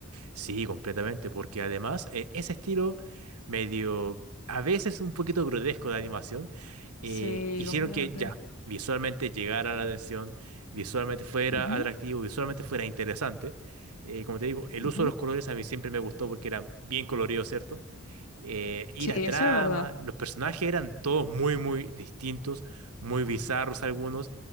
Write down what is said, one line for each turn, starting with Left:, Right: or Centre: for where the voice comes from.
Right: Sí, completamente, porque además eh, ese estilo medio, a veces un poquito grotesco de animación, eh,
Left: Sí,
Right: hicieron
Left: completamente.
Right: que ya visualmente llegara la atención, visualmente fuera
Left: Ujú,
Right: atractivo, visualmente fuera interesante. Eh, como te digo, el
Left: ujú.
Right: uso de los colores a mí siempre me gustó porque eran bien coloridos, ¿cierto? eh, y
Left: Sí,
Right: la trama,
Left: eso es verdad.
Right: los personajes eran todos muy, muy distintos, muy bizarros algunos,